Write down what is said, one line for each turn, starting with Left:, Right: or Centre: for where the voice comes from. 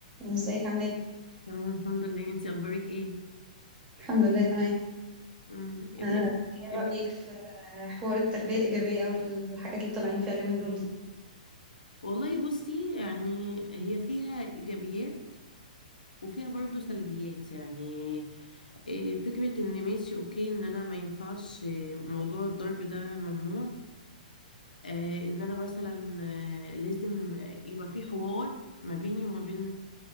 Right: ازيك عامله ايه
Left: تمام الحمد لله انت اخبارك ايه
Right: الحمد لله تمام
Left: امم ابنك
Right: آه، ايه
Left: ابنك
Right: رأيك في آه، حوار التربية الإيجابية او الحاجات اللي طالعين فيها اليومين دول دي
Left: والله بصي يعني هي فيها ايجابيات وفيها برضو سلبيات يعني إيه، فكرة ان ماشي اوكي ان انا ما ينفعش إيه، موضوع الضرب ده ممنوع آه، ان انا مثلا آه، لازم يبقى في حوار ما بيني وما بين